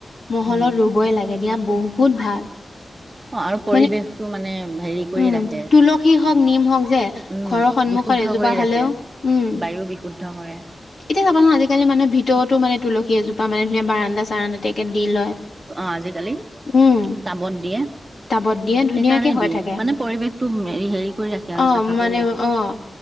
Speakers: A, on the left; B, on the right.
A: মহলত
B: উম
A: ৰুবই লাগে এদিয়া বহুত ভাল
B: অ আৰু পৰিৱেশটো
A: মানে
B: মানে হেৰি কৰি
A: উম
B: ৰাখে
A: তুলসী হওক নিম হওক যে
B: উম
A: ঘৰৰ সন্মুখত
B: বিশুদ্ধ
A: এজোপা
B: কৰি
A: হলেও
B: ৰাখে
A: উম
B: বায়ু বিশুদ্ধ কৰে
A: এতিয়া চাবাচোন আজিকালি মানুহে ভিতৰতো মানে তুলসী এজোপা মানে ধুন বাৰন্দা চাৰান্দাতে একে দি লয়
B: অ আজিকালি
A: উম
B: টাবত দিয়ে সেইকাৰণে
A: টাবত দিয়ে ধুনীয়াকে হৈ
B: দিয়ে
A: থাকে
B: মানে পৰিৱেশটো হেৰি কৰি ৰাখে
A: অ
B: আৰু চাফা
A: মানে
B: কৰি ৰাখে
A: অ